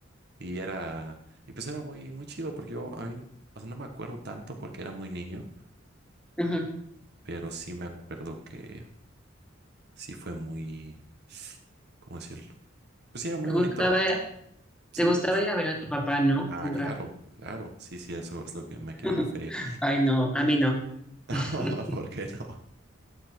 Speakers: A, on the right; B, in the centre.
A: Y era, y pues era muy, muy chido porque yo, a mí, o sea, no me acuerdo tanto porque era muy niño,
B: ujú.
A: pero sí me acuerdo que Sí fue muy, ¿cómo decirlo? Pues sí, era muy
B: ¿Te
A: bonito.
B: gustaba,
A: Sí,
B: Te gustaba
A: p-
B: ir a ver a tu papá, ¿no?
A: ah,
B: Jugar.
A: claro, claro. Sí, sí, eso es lo que me
B: <laughs>
A: quiero referir.
B: Ay, no, a mí no.
A: <laughs>
B: <laughs>
A: ¿Por qué no?